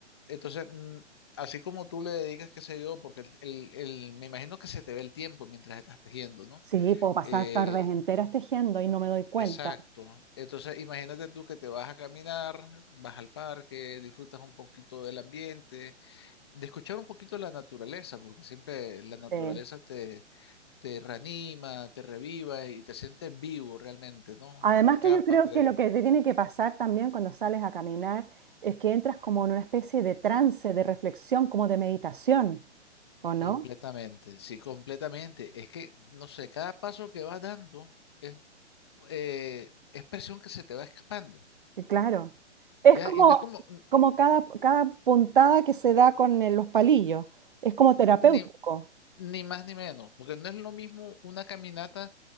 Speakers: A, on the left; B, on the right.
A: entonces, mm, así como tú le dedicas, qué sé yo, porque el, el- el- me imagino que se te ve el tiempo mientras estás tejiendo, ¿no?
B: Sí, puedo pasar
A: Eh,
B: tardes enteras tejiendo y no me doy cuenta.
A: Exacto. Entonces, imagínate tú que te vas a caminar, vas al parque, disfrutas un poquito del ambiente, de escuchar un poquito la naturaleza, porque siempre la naturaleza
B: Sí.
A: te, te reanima, te reviva y te sientes vivo realmente, ¿no?
B: Además
A: Te escapas
B: que yo creo
A: te-
B: que lo que te tiene que pasar también cuando sales a caminar es que entras como en una especie de trance, de reflexión, como de meditación, ¿o no?
A: completamente, sí, completamente. Es que, no sé, cada paso que vas dando es, eh, es presión que se te va escapando,
B: Y Claro. Es
A: ¿ya?
B: como,
A: Y no es como,
B: como cada, cada puntada que se da con eh, los palillos. Es como terapéutico.
A: ni, ni más ni menos, porque no es lo mismo una caminata